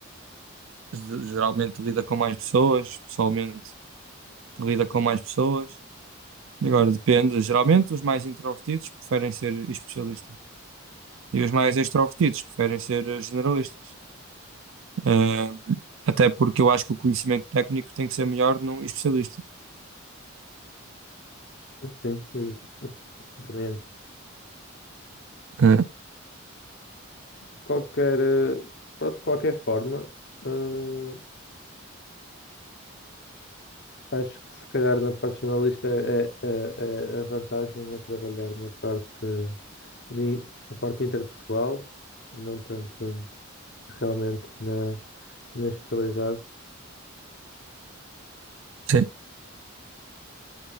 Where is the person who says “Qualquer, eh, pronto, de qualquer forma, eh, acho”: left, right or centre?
Left